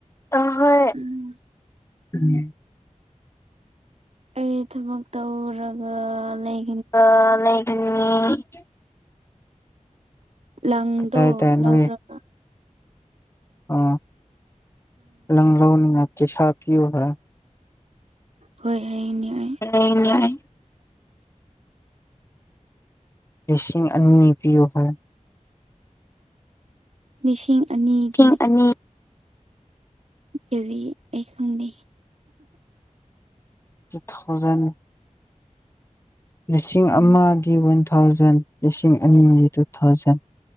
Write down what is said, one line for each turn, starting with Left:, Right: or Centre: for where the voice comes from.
Left: ꯑꯥ ꯍꯣꯏ
Right: ꯎꯝ
Left: ꯎꯝ
Right: ꯑꯩ ꯊꯕꯛ ꯇꯧꯔꯒ ꯂꯩ
Left: ꯑꯥ ꯂꯩꯒꯅꯤ
Right: ꯂꯪꯗꯣ
Left: ꯀꯗꯥꯏꯗ
Right: ꯂꯧꯔꯛ
Left: ꯅꯣꯏ ꯑ ꯂꯪ ꯂꯧꯅꯤꯡꯉꯥꯢ ꯄꯩꯁꯥ ꯄꯤꯌꯣꯕ
Right: ꯍꯣꯏ <unintelligible>
Left: <unintelligible> ꯂꯤꯁꯤꯡ ꯑꯅꯤ ꯄꯤꯌꯨꯕ
Right: ꯂꯤꯁꯤꯡ ꯑꯅꯤꯗꯤ
Left: ꯂꯤꯁꯤꯡ ꯑꯅꯤ
Right: ꯀꯔꯤ ꯑꯩ ꯈꯪꯗꯦ
Left: ꯇꯨ ꯊꯥꯎꯖꯟ ꯂꯤꯁꯤꯡ
Right: ꯑ
Left: ꯑꯃꯗꯤ ꯋꯥꯟ ꯊꯥꯎꯖꯟ ꯂꯤꯁꯤꯡ ꯑꯅꯤꯗꯤ ꯇꯨ ꯊꯥꯎꯖꯟ